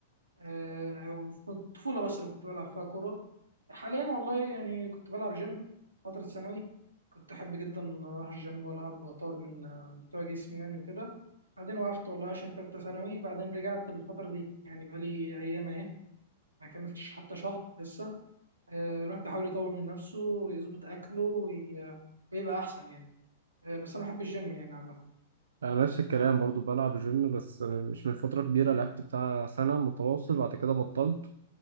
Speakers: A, on the right; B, on the right.
A: آه، وفي الطفولة بس اللي كنت بلعب فيها كورة حاليا والله يعني كنت بلعب جيم فترة ثانوي كنت أحب جدا أروح الجيم وألعب وأطور من آه، مستوى جسمي يعني وكده بعدين وقفت والله عشان تالتة ثانوي بعدين رجعت الفترة دي يعني بقالي أيام أهي ما كملتش حتى شهر لسه آه، الواحد بيحاول يطور من نفسه ويظبط أكله وي- ويبقى أحسن يعني آه، بس أنا بحب الجيم يعني عامة
B: انا نفس الكلام برضو بلعب جيم بس مش من فتره كبيره لعبت بتاع سنه متواصل بعد كده بطلت